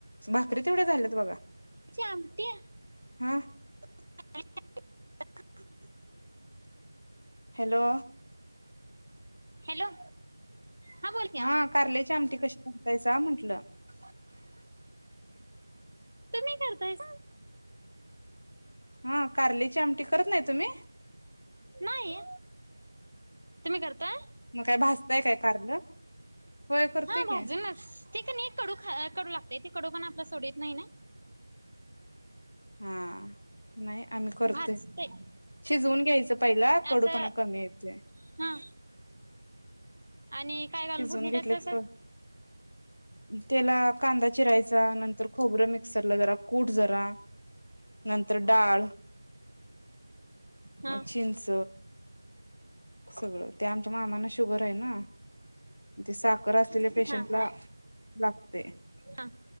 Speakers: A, on the left; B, on the right.
A: भाकरी तेवढी झालेत बघा
B: ची आमटी
A: हां
B: <inaudible>
A: हॅलो
B: हॅलो हा बोल की
A: हां कारल्याची आमटी कशी करतायसा म्हटलं
B: <inaudible> तुम्हीं करतायसा
A: हां कारल्याची आमटी करत नाही तुम्हीं?
B: नाई तुम्ही कर काय?
A: मग काय भाजताय काय कारलं होय करतोय
B: हां
A: की
B: भाजूनच ते किनई कडू खा कडू लागतय. ती कडुपणा आपला सोडीत नाही नाय
A: हा नाही. आम्ही करतोय
B: भाजतय
A: शिजवुन घ्यायच. पहिला कडूपणा
B: असं
A: कमी येतोय.
B: हा आणि काय घालुन
A: शिजवून
B: फोडणी
A: घेतलं
B: टाकताय.
A: की त्याला कांदा चिरायचा. नंतर खोबर मिक्सरला जरा, कुट जरा, नंतर डाळ
B: हा
A: मग चिंच सगळ ते, आमच्या मामांना शुगर आहे. ना ती साखर असलेल्या
B: हा
A: पेशंटला
B: हा
A: लागतय.
B: हा